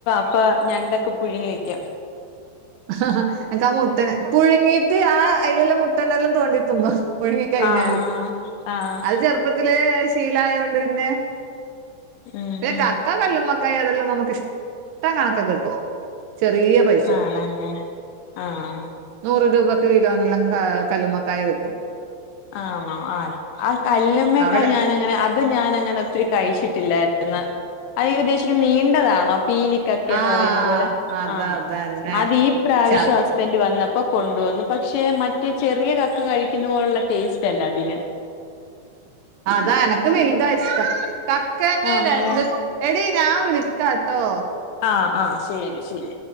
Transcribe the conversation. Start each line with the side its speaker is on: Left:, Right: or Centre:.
Left: ഇപ്പോ ഞണ്ടൊക്കെ പുഴുങ്ങി വെക്കാം.
Right: ആഹ് അനക്ക് ആഹ് മുട്ടനെ പുഴുങ്ങീട്ട് ആഹ് അതിലെല്ലാം മുട്ടനെല്ലാം തോണ്ടിതിന്നോ പുഴുങ്ങി കഴിഞ്ഞാല്
Left: ആഹ് ആഹ്
Right: അത് ചേർ പ്പത്തില് ശീലായൊണ്ട് പിന്നെ
Left: ഉം ഉം
Right: കക്ക് ക്ക കല്ലുമ്മക്കായ അതെല്ലാം നമുക്ക് ഇഷ്ടം കണക്ക് കിട്ടും ചെറിയ പൈസക്ക്
Left: ആണല്ലേ? ആഹ്.
Right: നൂറ് രൂപക്ക് കിലോനെല്ലാം കാ കല്ലുമ്മക്കായ കിട്ടും.
Left: ആണോ ആഹ് ആഹ് കല്ലമ്മക്കെ
Right: അവിടെ
Left: ഞാനങ്ങനെ ആഹ് അത് ഞാൻങ്ങനെ ഒത്തിരി കഴിച്ചിട്ടില്ലായിരുന്നു അത് നീ ഉദ്ദേശിക്കുന്നത് നീണ്ടതാണോ പീലീ കക്കേന്ന്
Right: ആഹ്
Left: പറയുന്ന പോലെ.
Right: അത
Left: ആഹ്
Right: അതന്നെ
Left: അത് ഈ പ്രാവിശ്യോ
Right: ശത
Left: സ്ബൻഡ് വന്നപ്പോ കൊണ്ടുവന്നു. പക്ഷേ മറ്റേ ചെറിയ കക്ക കഴിക്കുന്ന പോലുള്ള ടേസ്റ്റ് അല്ല അതിന്.
Right: അതാ എനക്കും വലുതാ ഇഷ്ടം. കക്കന്നെ
Left: ആണല്ലേ
Right: രണ്ട് എടി ഞാൻ വിളിക്കാട്ടോ
Left: ആഹ് ആഹ് ശരി ശരി